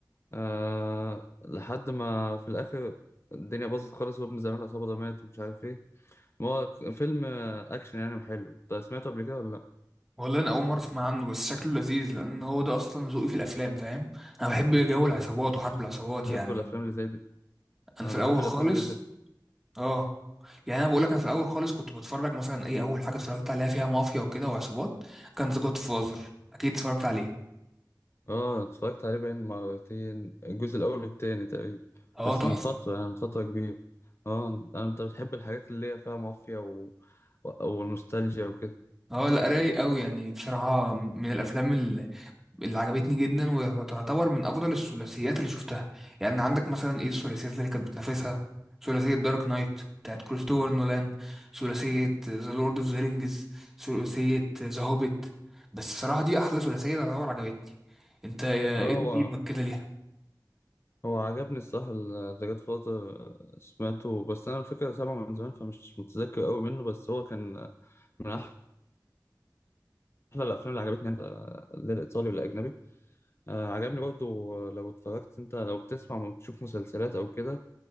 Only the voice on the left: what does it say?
آه لحد ما في الآخر الدنيا باظت خالص وابن زعيم العصابة ده مات ومش عارف ايه ما هو فيلم آه، أكشن يعني حلو انت سمعته قبل كده ولا لأ؟
بحب
الأفلام اللي زي دي
أنا
بحب
الأفلام
اللي زي دي
اه اتفرجت عليه بين مرتين الجزء الاول والتاني تقريبا
بس
من فتره يعني من فتره كبيره اه أنا- انت بتحب الحاجات اللي هي فيها مافيا و... و... والنوستالجيا وكده
مم.
اه
هو
هو عجبني الصح ذا جاد فاذر سمعته بس انا الفكره سامعه من زمان فمش متذكر قوي منه بس هو كان من احلى الافلام اللي عجبتني انا لا الايطالي ولا اجنبي آه عجبني برضو لو اتفرجت انت لو بتسمع وتشوف مسلسلات او كده